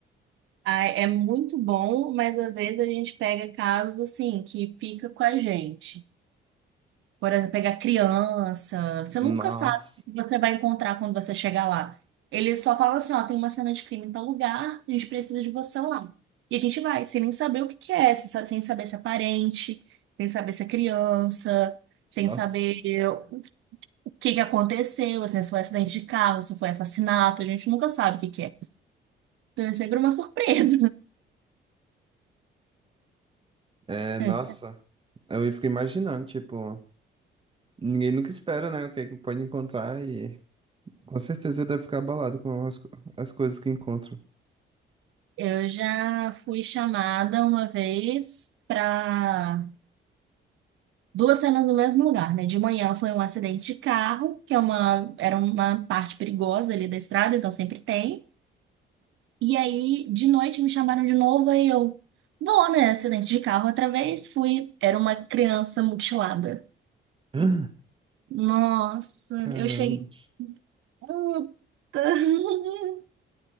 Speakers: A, on the right; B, on the right.
A: Ah, É muito bom, mas às vezes a gente pega casos assim que fica com a gente. Por exemplo, pegar criança. Você
B: Nossa,
A: nunca sabe o que você vai encontrar quando você chegar lá. Eles só falam assim, ó, tem uma cena de crime em tal lugar, a gente precisa de você lá. E a gente vai, sem nem saber o que que é, sem sa- sem saber se é parente, sem saber se é criança, sem
B: nossa.
A: saber o que que aconteceu, assim, se foi acidente de carro, se foi assassinato, a gente nunca sabe o que que é. Então é sempre uma surpresa.
B: É, nossa,
A: <laughs>
B: eu fico imaginando, tipo, ninguém nunca espera, né, o que é que pode encontrar e com certeza deve ficar abalado com as, co- as coisas que encontro.
A: Eu já fui chamada uma vez para Duas cenas no mesmo lugar, né? De manhã foi um acidente de carro, que é uma, era uma parte perigosa ali da estrada, então sempre tem. E aí, de noite, me chamaram de novo, aí eu vou, né? Acidente de carro outra vez, fui. Era uma criança mutilada.
B: <gasps>
A: Nossa,
B: Caramba,
A: eu cheguei. Puta. <laughs>